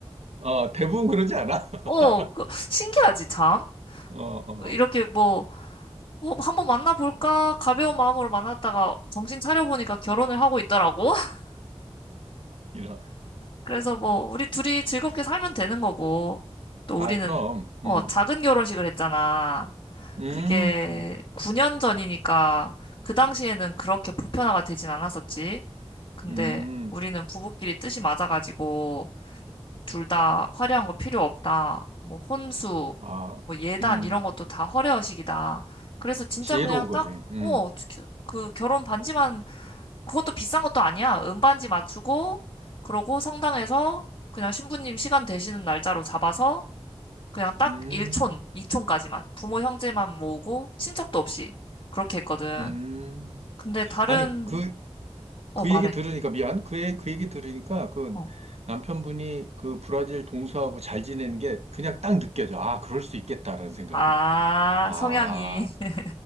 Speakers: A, on the right; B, on the left.
A: 어, 대부분 그러지 않아? <laughs>
B: 어, 그, 신기하지, 참?
A: 어, 어,
B: 이렇게 뭐 어, 한번 만나볼까? 가벼운 마음으로 만났다가 정신 차려보니까 결혼을 하고 있더라고. <laughs>
A: 이런.
B: 그래서 뭐, 우리 둘이 즐겁게 살면 되는 거고. 또
A: 아,
B: 우리는,
A: 그럼,
B: 어,
A: 음,
B: 작은 결혼식을 했잖아.
A: 음,
B: 그게
A: 음,
B: 9년 전이니까 그 당시에는 그렇게 보편화가 되진 않았었지. 근데
A: 음,
B: 우리는 부부끼리 뜻이 맞아가지고 둘 다 화려한 거 필요 없다. 뭐 혼수,
A: 아,
B: 뭐 예단
A: 음.
B: 이런 것도 다 허례허식이다. 그래서 진짜
A: 지혜로운
B: 그냥
A: 거지.
B: 딱,
A: 음,
B: 어, 그, 그 결혼 반지만 그것도 비싼 것도 아니야. 은반지 맞추고 그러고 성당에서 그냥 신부님 시간 되시는 날짜로 잡아서 그냥 딱
A: 음,
B: 1촌, 2촌까지만 부모 형제만 모으고 친척도 없이 그렇게 했거든.
A: 음.
B: 근데 다른
A: 아니, 그,
B: 어
A: 그
B: 말해.
A: 얘기 들으니까, 미안. 그, 얘- 그 얘기 들으니까, 그
B: 어.
A: 남편분이 그 브라질 동서하고 잘 지내는 게 그냥 딱 느껴져. 아, 그럴 수 있겠다라는 생각이.
B: 아,
A: 아,
B: 성향이 <laughs>